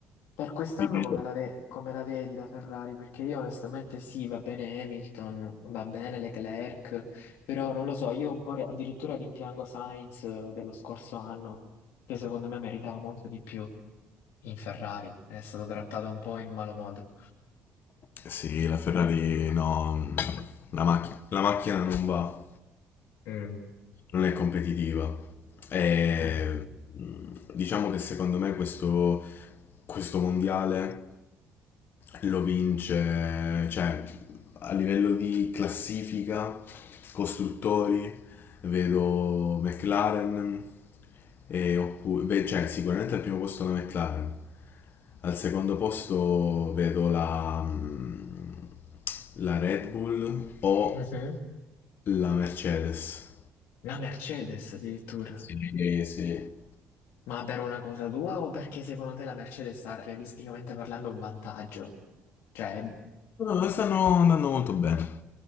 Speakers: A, on the left; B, on the left.
A: Per quest'anno
B: dimmi.
A: come la, ve- come la vedi la Ferrari? Perché io onestamente sì, va bene Hamilton, va bene Leclerc, però non lo so, io un po' ri- addirittura rimpiango Sainz eh, dello scorso anno, che secondo me meritava molto di più in Ferrari, è stato trattato un po' in malo modo.
B: Sì, la Ferrari no, la macchina, la macchina non va.
A: Mm.
B: non è competitiva. E,
A: Eh.
B: mh, diciamo che secondo me questo, questo mondiale lo vince, cioè a livello di classifica, costruttori, vedo McLaren, e oppu- beh, cioè sicuramente al primo posto la McLaren, al secondo posto vedo la, mh, la Red Bull o
A: Mhm.
B: la Mercedes.
A: La Mercedes addirittura.
B: Sì, sì.
A: Ma per una cosa tua o perché secondo te la Mercedes ha realisticamente parlando un vantaggio? Cioè,
B: No, stanno andando molto bene.